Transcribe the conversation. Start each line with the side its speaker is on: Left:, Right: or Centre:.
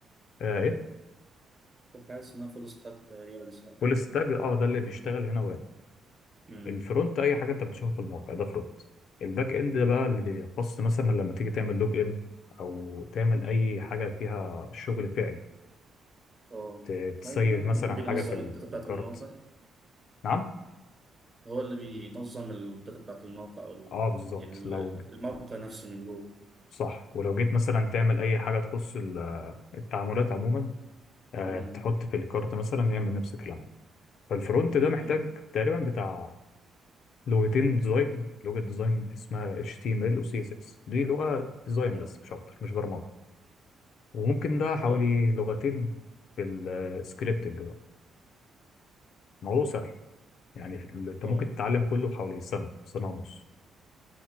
Left: آه ايه
Right: في حاجة اسمها فول ستاك تقريبا سمعت
Left: فول
Right: عنها
Left: ستاك اه ده اللي بيشتغل هنا وهنا
Right: مم.
Left: الفرونت اي حاجه انت بتشوفها في الموقع ده فرونت الباك اند
Right: اه
Left: ده بقى اللي بيخص مثلا لما تيجي تعمل لوج ان او تعمل اي حاجه فيها شغل فعلي
Right: اه
Left: ت- تسيف
Right: ممكن
Left: مثلا
Right: يكون بينظم
Left: حاجه في ال-
Right: الداتا بتاعت
Left: في الكارت
Right: الموقع
Left: نعم
Right: هو اللي بينظم الداتا بتاعت الموقع او ال-
Left: اه بالظبط
Right: ال-
Left: لو
Right: الموقع نفسه من جوه
Left: صح ولو جيت مثلا تعمل اي حاجه تخص ال- التعاملات عموما آه
Right: امم
Left: تحط في الكارت مثلا يعمل نفس الكلام ده فالفرونت ده محتاج
Right: امم
Left: تقريبا بتاع لغتين ديزاين لغة ديزاين اسمها HTML و CSS دي لغة ديزاين
Right: اه
Left: بس مش أكتر مش برمجة وممكن ده حوالي
Right: اه
Left: لغتين في السكريبتنج بقى الموضوع سهل يعني في- أنت
Right: اه
Left: ممكن تتعلم كله حوالي سنة سنة ونص